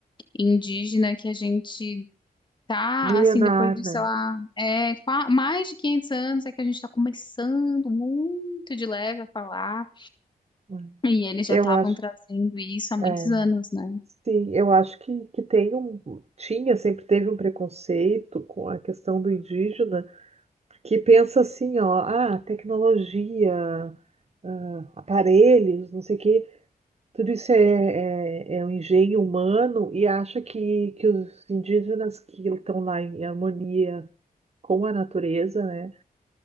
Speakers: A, on the left; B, on the right.
A: indígena que a gente tá,
B: Milenar,
A: assim, depois de,
B: né?
A: sei lá, é, qua- mais de 500 anos é que a gente está começando muito de leve a falar
B: Hum.
A: e eles
B: Eu
A: já estavam
B: acho,
A: trazendo isso há muitos
B: é,
A: anos, né?
B: sim, eu acho que, que tem um, tinha, sempre teve um preconceito com a questão do indígena, que pensa assim, ó, ah, tecnologia, ah, aparelhos, não sei o quê, tudo isso é, é, é um engenho humano e acha que, que os indígenas que estão lá em harmonia com a natureza, né?